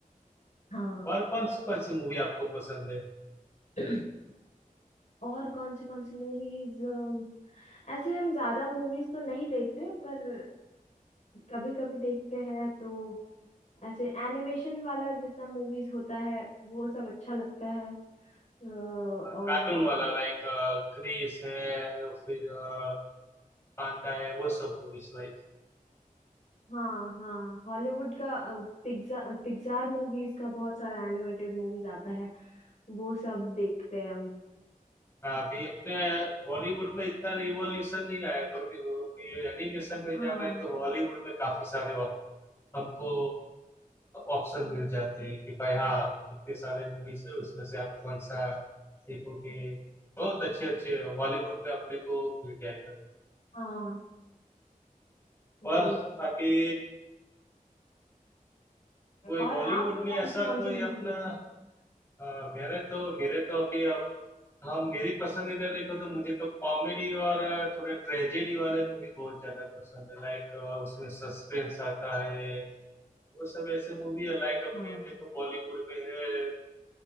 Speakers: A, on the left; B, on the left.
A: हाँ।
B: और कौन सी कौन सी मूवी आपको पसंद है
A: <clears throat> और कौन सी कौन सी मूवीज ऐसे हम ज्यादा मूवीज तो नहीं देखते पर कभी कभी देखते हैं तो ऐसे एनिमेशन वाला जितना मूवीज होता है वो सब अच्छा लगता है अ, और
B: कार्टून वाला लाइक क्रिस है या फिर अ, पांडा है वो सब मूवीज लाइक
A: हाँ हाँ हॉलीवुड का पिक्सा पिक्सार मूवीज का बहुत सारा एनिमेटेड मूवीज आता है वो सब देखते हैं हम
B: अभी अपने बॉलीवुड में इतना रिवॉल्यूशन नहीं आया पर भी अभी एनिमेशन में
A: हाँ
B: जाना है तो हॉलीवुड में काफी सारे आपको ऑप्शन मिल जाते हैं कि भाई हाँ इतने सारे मूवीज है उसमें से आप कौन सा देखोगे बहुत अच्छे अच्छे बॉलीवुड में अपने को मिल जाएगा
A: हाँ वही
B: पर बाकी कोई
A: और
B: बॉलीवुड
A: आप कौन
B: में ऐसा
A: सी कौन
B: कोई
A: सी मूवी
B: अपना
A: देखे हैं?
B: अ, मेरे तो मेरे तो अभी अब हम मेरी पसंदीदा देखो तो मुझे तो कॉमेडी और अ, थोड़े ट्रेजेडी वाले मूवी बहुत ज्यादा पसंद है लाइक उसमें सस्पेंस आता है वो सब ऐसे मूवी है लाइक अपने
A: हाँ
B: देखो बॉलीवुड में है